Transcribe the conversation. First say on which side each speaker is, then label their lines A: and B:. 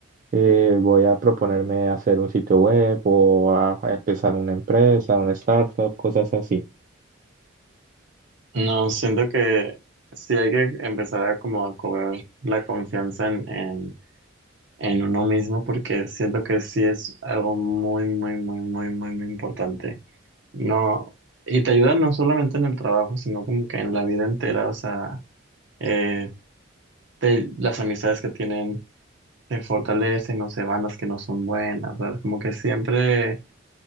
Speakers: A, on the right; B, on the right.
A: eh, voy a proponerme hacer un sitio web o a a empezar una empresa, una startup, cosas así.
B: No, siento que sí hay que empezar a como a cobrar la confianza en, en en uno mismo porque siento que sí es algo muy, muy, muy, muy, muy, muy importante. No, y te ayuda no solamente en el trabajo, sino como que en la vida entera, o sea, eh, te- las amistades que tienen se fortalecen o se van las que no son buenas, ¿sabes? Como que siempre